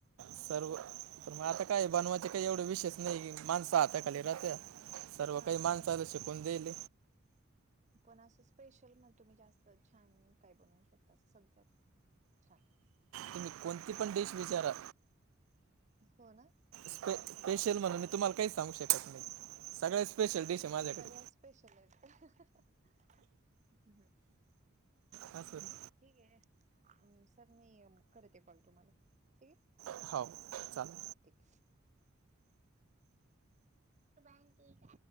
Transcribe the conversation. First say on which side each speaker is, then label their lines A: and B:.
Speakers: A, on the right (about 85°); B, on the right (about 35°).
A: सर्व तर मग आता काय बनवायचे काही एवढे विशेष नाही की माणसं आता. खाली राहात्या
B: नाही ते नाही
A: सर्व
B: हा
A: काही माणसाला
B: राहतय
A: शिकवून देईल.
B: पण असं स्पेशल मग तुम्ही जास्त छान काय बनवू शकता असं सगळ्यात छान.
A: तुम्ही कोणती पण डिश विचारा.
B: हो ना.
A: स्पे स्पेशल म्हणून मी तुम्हाला काही सांगू शकत नाही सगळ्या स्पेशल डिश आहे माझ्याकडे.
B: सगळ्या स्पेशल ह हं हं.
A: हा तर.
B: ठीक आहे ना, हं सर मी करते आहे कॉल तुम्हाला, ठीके
A: हाव चाल.
B: ठीक हाय.